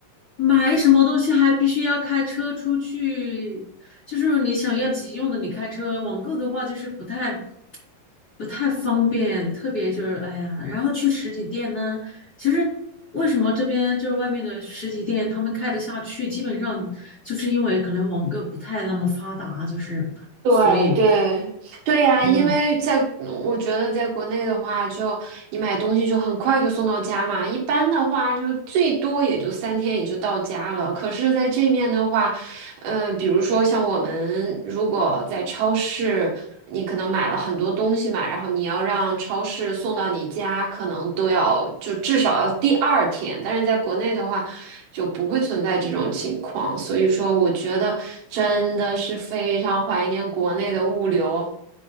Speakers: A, on the left; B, on the right.
A: 买什么东西，还必须要开车出去。就是你想要急用的，你开车；网购的话，就是不太不太方便。特别就是哎呀，然后去实体店呢，其实为什么这边就是外面的实体店他们开得下去，基本上就是因为可能网购不太那么发达，就是所以
B: 对对对呀，
A: 嗯，
B: 因为在我觉得在国内的话就，你买东西就很快就送到家嘛，一般的话就最多也就三天也就到家了。可是在这面的话，嗯，呃比如说像我们如果在超市，你可能买了很多东西嘛，然后你要让超市送到你家，可能都要就至少要第二天。但是在国内的话，就不会存在这种情况。所以说，我觉得真的是非常怀念国内的物流，